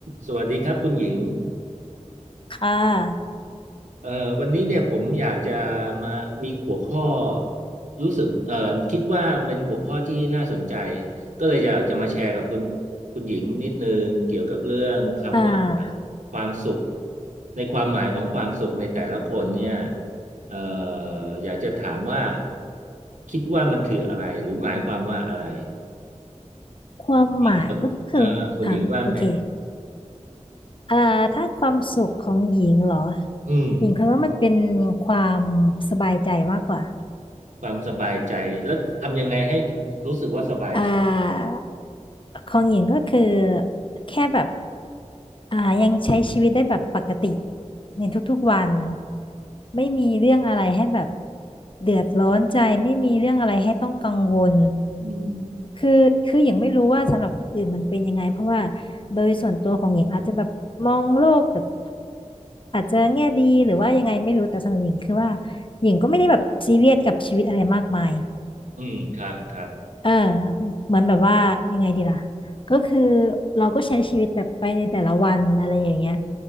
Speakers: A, on the right; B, on the left.
A: สวัสดีครับคุณหญิง
B: ค่ะ
A: เอ่อวันนี้เนี่ยผมอยากจะมามีหัวข้อรู้สึกเอ่อคิดว่าเป็นหัวข้อที่น่าสนใจก็เลยจะจะมาแชร์กับคุณคุณหญิงนิดนึงเกี่ยวกับเรื่องคำว่า
B: อ่า
A: ความสุขในความหมายของความสุขในแต่ละคนเนี่ยเอ่ออยากจะถามว่าคิดว่ามันคืออะไรหรือหมายความว่าอะไร
B: ความหมายก็คืออ่าโอเค
A: หญิงสนเอ่อคุณหญิงว่าไง
B: อ่าถ้าความสุขของหญิงเหรอ
A: อืม
B: หญิงคิดว่ามันเป็นความสบายใจมากกว่า
A: ความสบายใจแล้วทำยังไงให้รู้สึกว่าสบายใจ
B: อ่าของหญิงก็คือแค่แบบอ่ายังใช้ชีวิตได้แบบปกติในทุกๆวัน ไม่มีเรื่องอะไรให้แบบเดือดร้อนใจ ไม่มีเรื่องอะไรให้ต้องกังวล
A: อืม
B: คือคืออย่างไม่รู้ว่าสำหรับคนอื่นมันเป็นยังไงเพราะว่าโดยส่วนตัวของหญิงอาจจะแบบมองโลกแบบอาจจะแง่ดีหรือว่ายังไงไม่รู้แต่สำหรับหญิงคือว่าหญิงก็ไม่ได้แบบซีเรียสกับชีวิตอะไรมากมาย
A: อืมครับครับ
B: เออเหมือนแบบว่ายังไงดีล่ะก็คือเราก็ใช้ชีวิตแบบไปในแต่ละวันอะไรอย่างเงี้ย